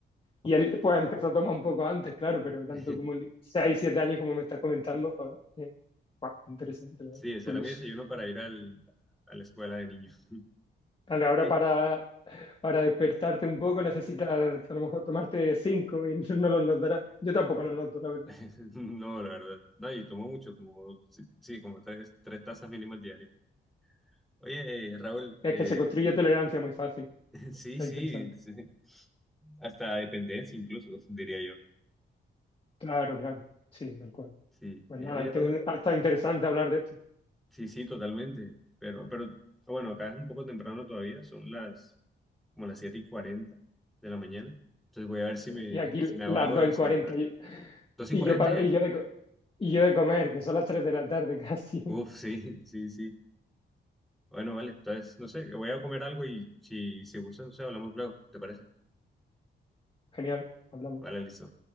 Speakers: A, on the left; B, in the centre.
A: Y él pues empezó a tomar un poco antes, claro, pero tanto
B: <laughs>
A: como 6 7 años como me estás comentando, joder, eh, guau, interesante, la
B: Sí,
A: verdad,
B: ese
A: curioso.
B: era mi desayuno para ir al, a la escuela de niños.
A: Claro, Ahora
B: Sí.
A: para, para despertarte un poco necesitas a lo mejor tomarte 5 y <laughs> no los notarás. Yo tampoco
B: <laughs>
A: los noto, la verdad.
B: No, la verdad. No, y tomo mucho, como, sí, sí, como tres, tres tazas mínimas diarias. Oye, eh, Raúl,
A: Es
B: eh,
A: que se construye tolerancia muy fácil,
B: <laughs> sí,
A: está
B: sí,
A: interesante.
B: sí. Hasta dependencia incluso, diría yo.
A: Claro, claro, sí, tal cual.
B: Sí.
A: Pues
B: Eh,
A: nada,
B: oye,
A: ahí te-
B: Raúl,
A: ha estado interesante hablar de esto.
B: sí, sí, totalmente. Pero, pero, ah, bueno, acá es un poco temprano todavía, son las, como las 7 y 40 de la mañana. Entonces voy a ver si me,
A: Y aquí
B: si me hago
A: las
B: algo
A: 2
B: de desayunar.
A: y 40 y,
B: dos y
A: y
B: 40
A: yo, pa-
B: ya?
A: y, yo de, co- y yo de comer, que son las 3 de la tarde casi.
B: Uf, sí, <laughs> sí, sí. Bueno, vale. Entonces, no sé, voy a comer algo y si, si gustas, no sé, hablamos luego. ¿Te parece?
A: <laughs> Genial, hablamos.
B: Vale, listo.